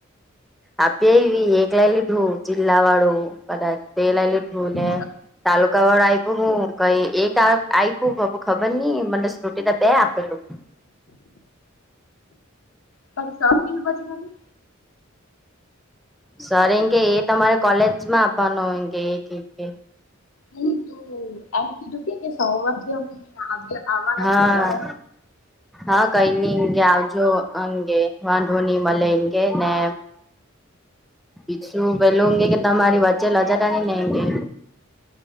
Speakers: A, in the centre; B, on the left (about 70°).
A: આપી આયવી એકલા હે લીધું જિલ્લા વાળું કદાચ
B: લેટર
A: ને <unintelligible> તાલુકા વાળું આપ્યું હું કઈ એક આપ્યું ખબર નઈ મને શ્રુટી ત બે આપેલું
B: પછી સર હુ કે ખરી
A: સર એ કે એ તમારે કોલેજ માં આપવાનું હોય કે એ કે કે.
B: એ તો એમ કીધું કે કે સવાથી અમે આવિયા આવાના
A: હા
B: શિકણે.
A: હા કઈ નઈ કે આવજો અંગે વાઢોની મળે ઇનકે ને. પિચુ પેલુ ગે કે તમારે વચ્ચે લજાટની નંગે.